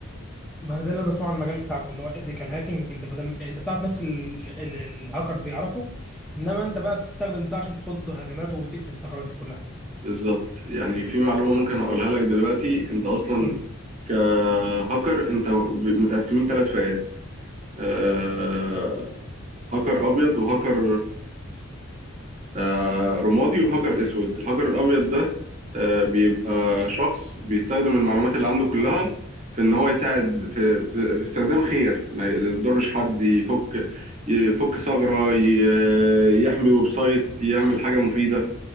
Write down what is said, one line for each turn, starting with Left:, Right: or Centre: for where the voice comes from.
Centre: ما انا ده اللي انا بسمعه عن المجال بتاعكم اللي هو ايثيكال هاكينج انت بدم... انت بتعرف نفس ال... ال... الهاكر بيعرفه انما انت بقى بتستخدم ده عشان تصد هجمات وتقفل الثغرات دي كلها
Right: بالظبط يعني في معلومة ممكن اقولها لك دلوقتي انت اصلا
Centre: طب
Right: كهاكر انت ب- متقسمين ثلاث فئات آه، هاكر ابيض وهاكر آه، رمادي وهجر اسود الهجر الابيض ده آه، بيبقى شخص بيستخدم المعلومات اللي عنده كلها
Centre: آه.
Right: في ان هو يساعد في, في, في استخدام خير ما يضرش حد يفك يفك ثغرة ي- يحمي ويب سايت يعمل حاجة مفيدة